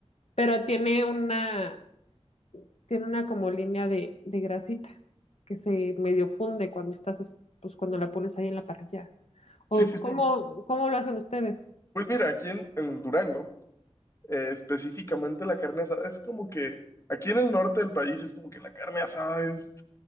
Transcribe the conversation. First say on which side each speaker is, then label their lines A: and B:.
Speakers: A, on the left (about 70°); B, on the left (about 25°).
A: pero tiene una, tiene una como línea de, de grasita que se medio funde cuando estás, es- pues cuando la pones ahí en la parrilla.
B: Sí,
A: ¿O
B: sí, sí.
A: cómo, cómo lo hacen ustedes?
B: Pues mira, aquí en, en Durango, eh, específicamente la carne asada es como que, aquí en el norte del país es como que la carne asada es